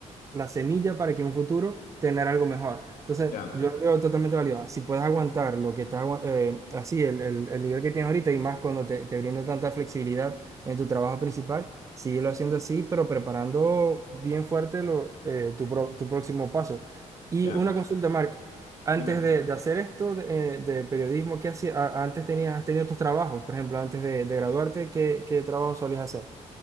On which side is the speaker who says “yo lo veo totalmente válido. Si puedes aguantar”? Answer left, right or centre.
Right